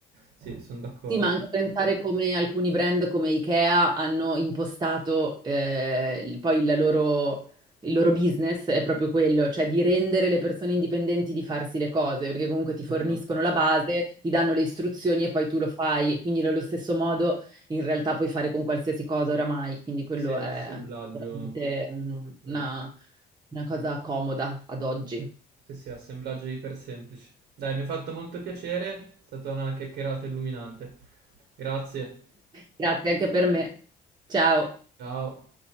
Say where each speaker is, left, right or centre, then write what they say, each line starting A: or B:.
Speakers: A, on the right; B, on the right.
A: sì, sono d'accordo.
B: Sì, ma anche pensare come alcuni brand come IKEA hanno impostato eh, il- poi la loro- il loro business è proprio quello, cioè di rendere le persone indipendenti di farsi le cose, perché comunque ti forniscono
A: Esatto.
B: la base, ti danno le istruzioni e poi tu lo fai. Quindi nello stesso modo in realtà puoi fare con qualsiasi cosa oramai, quindi quello
A: Sì, sì, assemblaggio,
B: è veramente mm,
A: vero.
B: una una cosa comoda ad oggi.
A: Sì, sì, assemblaggio iper semplice. Dai, mi ha fatto molto piacere, è stata una chiacchierata illuminante. Grazie,
B: Grazie anche per me. Ciao.
A: ciao.